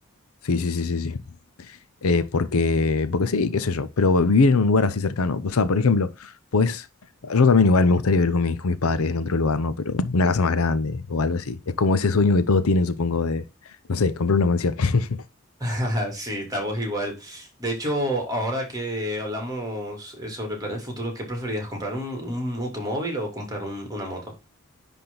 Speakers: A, on the left (about 80°); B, on the right (about 15°).
A: sí, sí, sí, sí, sí. eh, porque, porque sí, qué sé yo, pero vivir en un lugar así cercano, o sea, por ejemplo, pues yo también igual me gustaría vivir con mis, con mis padres en otro lugar, ¿no? Pero una casa más grande o algo así. Es como ese sueño que todos tienen, supongo, de, no sé, comprar una mansión, <laughs>
B: <laughs> Sí, estamos igual. De hecho, ahora que hablamos eh, sobre planes futuros, ¿qué preferirías? ¿Comprar un, un automóvil o comprar un- una moto?